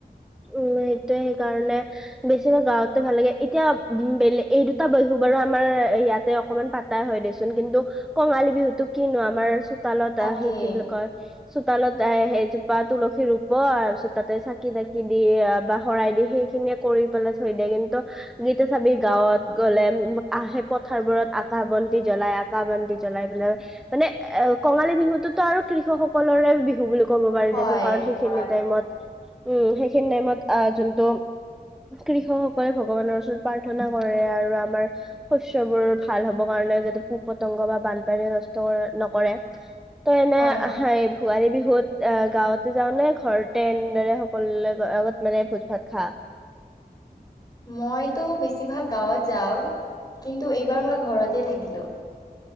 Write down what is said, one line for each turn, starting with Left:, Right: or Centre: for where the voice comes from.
Centre: উম সেইটোয়ে কাৰণে বেছিভাগ গাঁৱতে ভাল লাগে এতিয়া উ বেলেগ এই দুটা বিহু বাৰু আমাৰ ইয়াতে অকমান পাতা হয় দেচোন কিন্তু কঙালী বিহুতো কিনো আমাৰ চোতালত
Left: তাকেই
Centre: আহি সি কি বুলি কয় চোতালত সেই জোপা তুলসী ৰুব তাৰ পিছত তাতে কিবা কিবি দি বা শৰাই দি সেইখিনিয়ে কৰি পেলাই থৈ দিয়ে কিন্তু গীতো চাবি গাওঁত গ'লে সেই পথাৰ বোৰত আকাশ বন্তি জ্বলাই আকাশ বন্তি জ্বলাই পেললে মানে কঙালী বিহুতোতো আৰু কৃষক সকলৰে বিহু বুলি ক'ব পাৰি
Left: হয়
Centre: দেচোন কাৰণ সেইখিনি
Left: হয়
Centre: টাইমত উম সেইখিনি টাইমত আ যোনটো কৃষক সকলে ভগৱানৰ ওচৰত প্ৰাৰ্থনা কৰে আৰু আমাৰ শস্যবোৰ ভাল হ'ব কাৰণে যাতে পোক পতংগ বা বানপানী নষ্ট নকৰে ত এনে
Left: হয়
Centre: ভোগালী বিহুত অ গাঁৱতে যাওঁ নে ঘৰতে এনেদৰে কৰি আগত মানে ভোজ ভাত খা
Left: মইতো বেছিভাগ গাঁৱত যাওঁ কিন্তু এইবাৰ মই ঘৰতে থাকিলো।